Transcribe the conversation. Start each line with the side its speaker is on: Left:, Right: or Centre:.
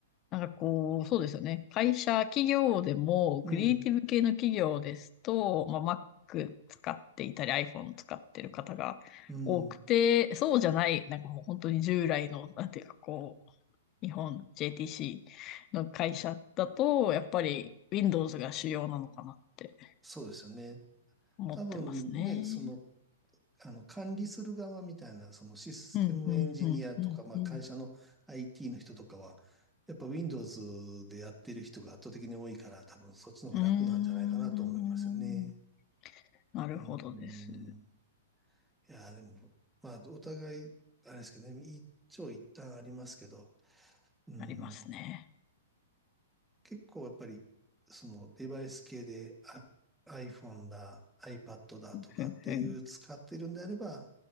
Left: なんかこう、そうですよね。会社、企業でも、
Centre: うん、
Left: クリエイティブ系の企業ですと、まあ、Mac 使っていたり、iPhone 使ってる方が多くて、
Centre: うん、
Left: そうじゃない、なんかもう本当に従来の、なんていうかこう、日本 JTC の会社だと、やっぱり Windows が主要なのかなって
Centre: そうですよね。
Left: 思ってますね。
Centre: 多分ね、そのあの、管理する側みたいな、そのシステムエンジニアとか、
Left: うん、うん、うん、うん、
Centre: まあ会社の
Left: うん。
Centre: IT の人とかは、やっぱ Windows でやってる人が圧倒的に多いから、多分そっちの方が楽なんじゃないかなと思いますよね。
Left: うーんなるほどです。
Centre: うーん。いやー、でも、まあ、お互い、あれですけどね、一長一短ありますけど、うー
Left: ありますね。
Centre: ん。結構やっぱり、そのデバイス系であ iPhone だ、iPad だとかっていう使ってるんであれば、
Left: ふんふん。